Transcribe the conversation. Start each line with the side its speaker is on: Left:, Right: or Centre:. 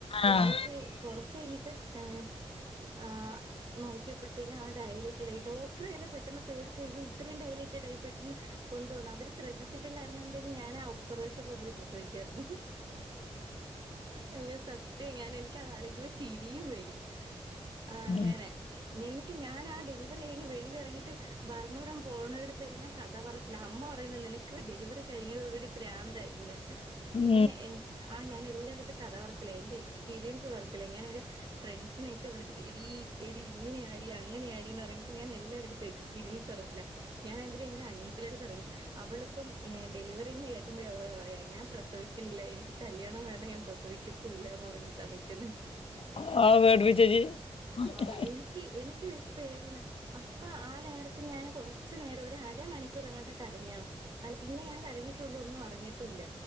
Left: ആഹ്
Right: എന്നിറ്റ് കൊർച്ചയ്ഞ്ട്ട് ഏ ആ നോ ക്ക്യപ്പോഴത്തേക്കും ആ ഡയലേറ്റഡായി ഡോക്ടറെന്നെ പെട്ടെന്ന് പേടിച്ചു യ്യോ ഇത്രയും ഡയലേറ്റഡായി പെട്ടെന്ന് കൊണ്ട് വന്ന് അവര് ശ്രദ്ധിച്ചിട്ടില്ലായിരുന്നുണ്ടെങ്കിൽ ഞാൻ ആ ഒബ്സർവേഷൻ റൂമിൽ പ്രസവിക്കായിരുന്നു അയ്യോ സത്യം ഞാന് എനിക്ക് അത് ആലോയ്ക്കുമ്പോ ചിരിയും വെരും ആ അങ്ങനെ
Left: ഉം
Right: എന്നിട്ട് ഞാൻ ആ ഡെലിവറിയ്ഞ് വീട്ട്ന്ന് എറങ്ങിട്ടും ഭരണൂരം പോണോരെട്ത്തെല്ലം കഥ പറ ല്ല അമ്മ പറയുന്ന് നിനക്ക് ഡെലിവറി കഴിഞ്ഞതോടുകൂടി പ്രാന്തായിന്ന്
Left: ഉം
Right: ഞാന് എ ആ ഞാനെല്ലാരെട്ത്തും കഥ പറച്ചില എന്റെ എക്സ്പീരിയൻസ് പറച്ചില ഇങ്ങളനൊരു ഫ്രണ്ട്സിനൊക്കെ വിളിച്ചിട്ട് എടീ എ ടി ഇങ്ങനാടി അങ്ങനാടി ർഞ്ട്ട് ഞാൻ എല്ലാരെട്ത്തും എക്സ്പീരിൻസ്ർച്ചില ഞാനെ ന്തിനാ എന്റെ അനിയത്തിന്റെ ട്ത്തെറങ്ങി അവളിപ്പം എ ഡെലിവറിന്ന് കേക്കുമ്പോ അവൾ പറയാ ഞാൻ പ്രസവിക്കുന്നില്ല എനിക്ക് കല്യാണം വേണ്ട ഞാൻ പ്രസവിക്ക ത്തുല്ല പർഞ്ഞിട്ടാ നിക്കുന്നെ
Left: <unintelligible>
Right: ആഹ് എനിക്ക് എനിക്ക് <unintelligible> പേടിന്ന് അപ്പൊ ആ നേരത്ത് ഞാന് കൊർച്ച് നേരം ഒര് അരമണിക്കൂറെങ്ങാണ്ട് കരഞാണും അല്ല പിന്നെ ഞാൻ കരങ്ങിട്ടോളു ഒന്നും അറിങ്ങിട്ടുല്ല